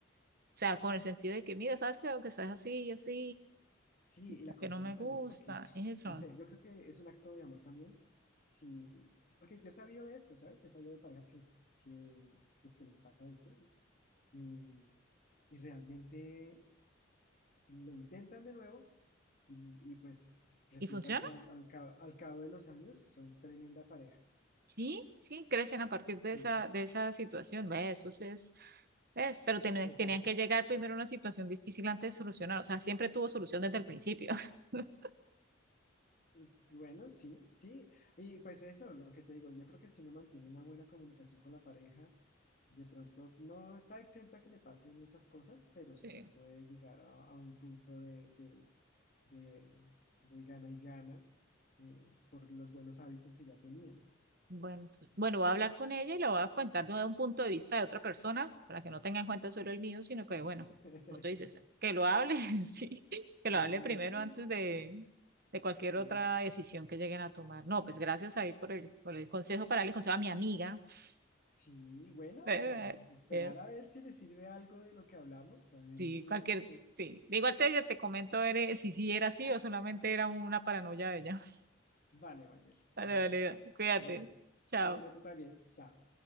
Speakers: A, on the right; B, on the left.
A: O sea, con el sentido de que, mira, sabes que veo que estás así y así,
B: Sí,
A: y como
B: y la confianza,
A: que no me gusta,
B: ¿no? Porque,
A: es eso.
B: no sé, yo creo que es un acto de amor también. Sí, porque yo he sabido de eso, ¿sabes? He sabido de parejas que, que, pues, que les pasa eso y, y realmente lo intentan de nuevo y, y pues resulta
A: ¿Y funciona?
B: que al, al ca- al cabo de los años son tremenda pareja.
A: Sí, sí, crecen a partir
B: Sí,
A: de esa, de esa situación, ¿ves? Eso sí es, ¿ves? Pero ten-
B: exacto.
A: tenían que llegar primero a una situación difícil antes de solucionar, o sea, siempre tuvo solución desde el principio. <laughs>
B: Es Bueno, sí, sí. Y pues eso, lo que te digo, yo creo que si uno mantiene una buena comunicación con la pareja, De pronto no está exenta que le pasen esas cosas, pero
A: Sí.
B: sí puede llegar a, a un punto de, de, de- de gana y gana eh, por los buenos hábitos que ya tenían.
A: Bueno, bueno, voy a hablar con ella y le voy a contar desde un punto de vista de otra persona, para que no tenga en cuenta solo el mío, sino que, bueno,
B: <laughs>
A: como tú dices, que lo hable, <laughs> sí,
B: Sí,
A: que lo hable primero antes de, de cualquier
B: sí,
A: otra decisión que lleguen a tomar. No, pues gracias ahí por el, por el consejo para darle consejo a mi amiga. <laughs>
B: sí. Bueno,
A: Eh,
B: pues es- esperar
A: eh,
B: a ver si le sirve algo de lo que hablamos, a ver
A: Sí,
B: qué,
A: cualquier,
B: qué...
A: sí. De igual te, te comento eres, si sí era así o solamente era una paranoia de ella. <laughs>
B: Vale, Mayel,
A: Vale,
B: dale.
A: vale, cuídate.
B: Bueno,
A: Chao.
B: bueno, tú también. Chao.